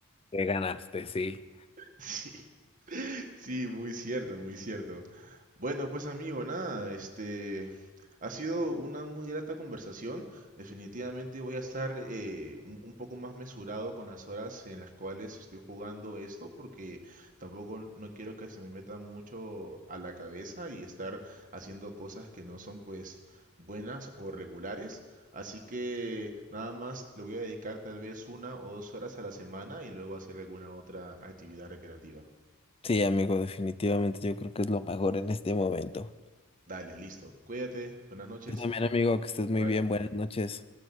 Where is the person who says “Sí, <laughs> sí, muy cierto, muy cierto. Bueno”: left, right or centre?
Right